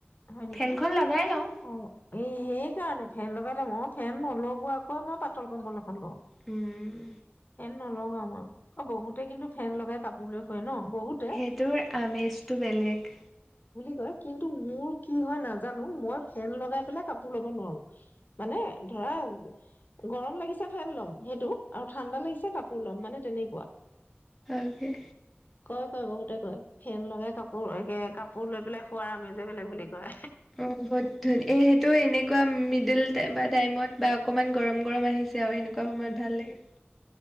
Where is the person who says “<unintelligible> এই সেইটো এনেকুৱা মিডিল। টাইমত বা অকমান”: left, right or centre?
Centre